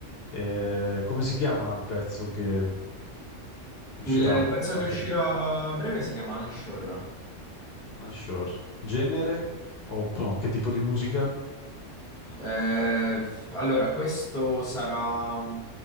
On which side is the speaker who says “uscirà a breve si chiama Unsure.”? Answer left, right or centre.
Centre